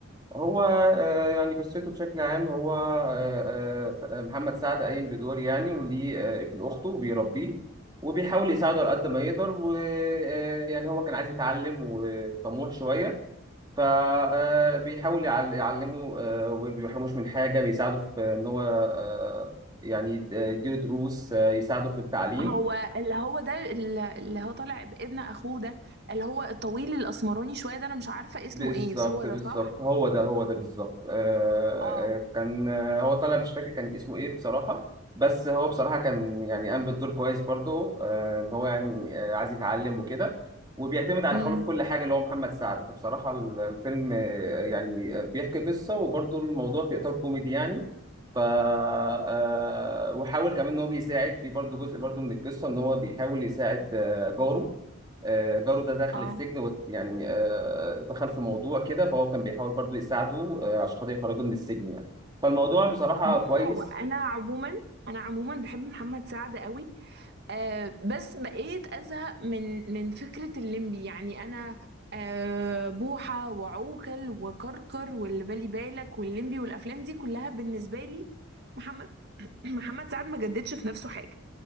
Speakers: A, on the right; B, on the right.
A: هو آه، يعني قصته بشكل عام هو آه، آه، محمد سعد قايم بدور يعني وليه آه، ابن اخته وبيربيه وبيحاول يساعده على قد ما يقدر ويعني هو كان عايز يتعلم وطموح شويه فبيحاول يعلمه آه، وما بيحرموش من حاجة بيساعده في إن هو آه، يعني يد- يديله دروس آه، يساعده في التعليم
B: هو اللي هو ده اللي هو طالع بابن اخوه ده اللي هو الطويل الاسمراني شويه ده انا مش عارفه اسمه
A: بالظبط
B: ايه بس هو
A: بالظبط
B: ده صح
A: هو ده هو ده بالظبط آه،
B: اه
A: آه، كان آه، هو طالع مش فاكر كان اسمه ايه بصراحة بس هو بصراحة كان يعني قام بالدور كويس برضه آه، ان هو يعني آه، عايز يتعلم وكده وبيعتمد على
B: امم
A: خاله في كل حاجة اللي هو محمد سعد فبصراحة ال- الفيلم آه، يعني آه، بيحكي قصة وبرضه الموضوع في إطار كوميدي يعني ف آه، وحاول كمان ان هو بيساعد في برضه جزء برضه من القصة ان هو بيحاول يساعد آه، جاره آه، جاره ده دخل
B: اه
A: السجن وت- يعني آه، دخل في موضوع كده فهو كان بيحاول برضو يساعده آه، عشان خاطر يخرجه من السجن يعني فالموضوع بصراحة
B: بص
A: كويس
B: هو انا عموما انا عموما بحب محمد سعد قوي آه بس بقيت ازهق من من فكره الليمبي يعني انا آه بوحه وعوكل وكركر واللي بالي بالك والليمبي والافلام دي كلها بالنسبه لي محمد <clears throat> محمد سعد ما جددش في نفسه حاجه